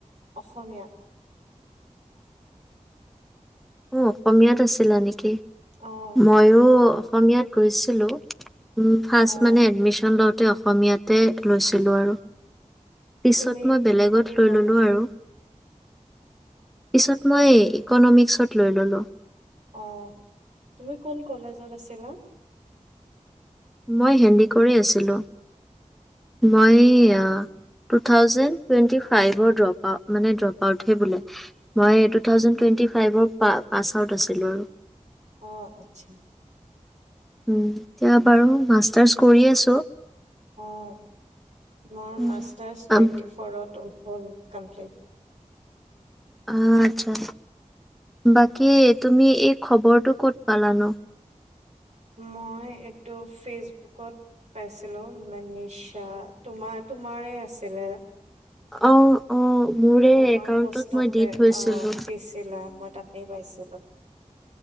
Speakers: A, on the right (about 60°); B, in the centre.
A: অসমীয়া
B: অ' অসমীয়াত আছিলা নেকি?
A: অ',
B: ময়ো অসমীয়াত গৈছিলোঁ! উম ফাৰ্ষ্ট
A: অ',
B: মানে এডমিচন লওঁতে তে অসমীয়াতে লৈছিলোঁ আৰু। পিছত
A: তুমি
B: মই বেলেগত
A: ক'ত
B: লৈ
A: ল'লা?
B: ললোঁ আৰু! পিছত মই
A: ক'ত
B: ইকনমিক লৈ ললো।
A: অ', তুমি কোন কলেজত আছিলা?
B: মই হেন্দি কৰি আছিলোঁ মই
A: অ',
B: আ, টোত টু-থাউজেণ্ড টুৱেণ্টি-ফাইভৰ ডপ মানে ড্ৰপ আউটহে বোলে, মই টু-থাউজেণ্ড টুৱেণ্টি-ফাইভৰ পা-পাছআউট আছিলোঁ আৰু।
A: অ' আচ্ছা।
B: উম এতিয়া বাৰু মাষ্টাৰ্চ কৰি আছো।
A: অ'। মোৰ
B: উম,
A: মাষ্টাৰচ টুৱেন্টি-ফ'ৰত
B: আম
A: উল হবি কমপ্লীট
B: অ' আচ্ছা, বাকী তুমি এই খবৰটো ক'ত পালানো‌?
A: মই এইটো ফেচবুকত পাইছিলো, মনীষা, তোমাৰ-তোমাৰে আছিলে।
B: অ', অ' মোৰে
A: তোমাৰ
B: একাউণ্টত
A: পোষ্টতে,
B: মই দি থৈছিলোঁ
A: অ' দিছিলা ম তাতে পাইছিলো।